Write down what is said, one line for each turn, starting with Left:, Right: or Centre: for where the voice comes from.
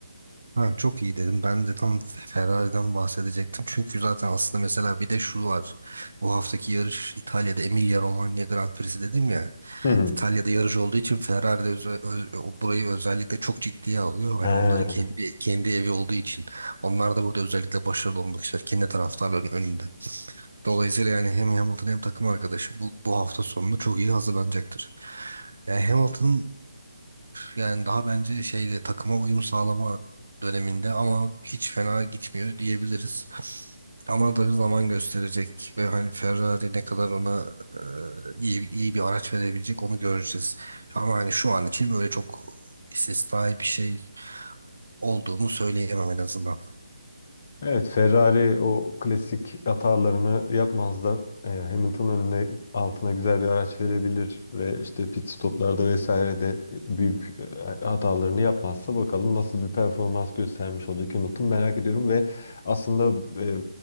Right: Ha, çok iyi dedim. Ben de tam Ferrari'den bahsedecektim. Çünkü zaten aslında mesela bir de şu var. Bu haftaki yarış İtalya'da Emilia-Romagna Grand Prix'si dedim ya.
Left: Hı hı.
Right: İtalya'da yarış olduğu için Ferrari de öze- ö- o- burayı özellikle çok ciddiye alıyor. Hani
Left: He.
Right: onların kendi kendi evi olduğu için. Onlar da burada özellikle başarılı olmak ister. Kendi taraftarların önünde. Dolayısıyla yani hem Hamilton hem takım arkadaşı bu, bu hafta sonunu çok iyi hazırlanacaktır. Yani Hamilton yani daha bence şeyde takıma uyum sağlama döneminde ama hiç fena gitmiyor diyebiliriz. Ama tabii zaman gösterecek ve hani Ferrari ne kadar ona e, iyi iyi bir araç verebilecek onu göreceğiz. Ama hani şu an için böyle çok istisnai bir şey olduğunu söyleyemem en azından.
Left: Evet, Ferrari o klasik hatalarını yapmaz da e, Hamilton önüne altına güzel bir araç verebilir ve işte pit stoplarda vesaire de e, büyük e, hatalarını yapmazsa bakalım nasıl bir performans göstermiş olacak Hamilton merak ediyorum ve aslında e,